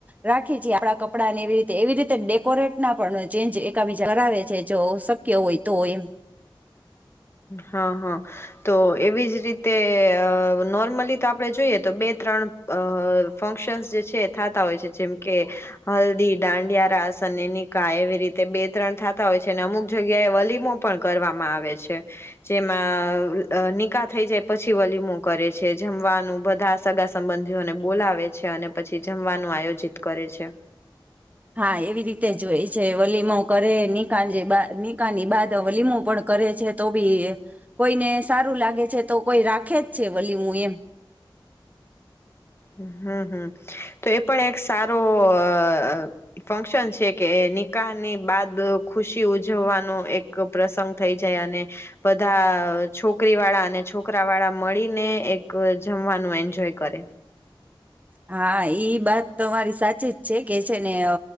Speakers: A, on the right (about 15°); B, on the left (about 30°).
A: રાખી છી આપણા કપડા ને એવી રીતે એવી રીતે ડેકોરેટ ના પણ ચેન્જ એકા બીજા કરાવે છે જો શક્ય હોય તો એમ.
B: હા, હા, તો એવી જ રીતે અહ નોર્મલી તો આપણે જોઈએ તો બે ત્રણ અ ફંક્શનસ જે છે થતા હોય છે, જેમ કે હલ્દી, દાંડિયારાસ અને નિકાહ એવી રીતે બે ત્રણ થતા હોય છે. અને અમુક જગ્યાએ વલીમો પણ કરવામાં આવે છે. જેમાં અ નિકાહ થઈ જાય પછી વલીમો કરે છે. જમવાનું બધા સગા સંબંધીઓને બોલાવે છે અને પછી જમવાનું આયોજિત કરે છે.
A: હા, એવી રીતે જ હોય છે વલીમો કરે, નિકાહ જે નિકની બાદ વલીમો પણ કરે છે, તો બી કોઈને સારું લાગે છે તો કોઈ રાખે જ છે વલીમો એમ
B: હમ હમ તો એ પણ એક સારો અ. ફંક્શન છે કે નિકાહની બાદ ખુશી ઉજવવાનો એક પ્રસંગ થઈ જાય અને બધા અ છોકરી વાળા અને છોકરા વાળા મળીને એક જમવાનું એન્જોય કરે.
A: હા ઈ બાત તમારી સાચી જ છે કે છે ને અ